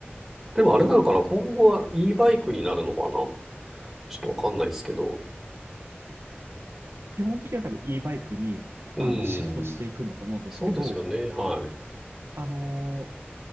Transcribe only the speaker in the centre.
でもあれなのかな今後は e バイクになるのかなちょっとわかんないですけど。
うん。そうですよね。はい。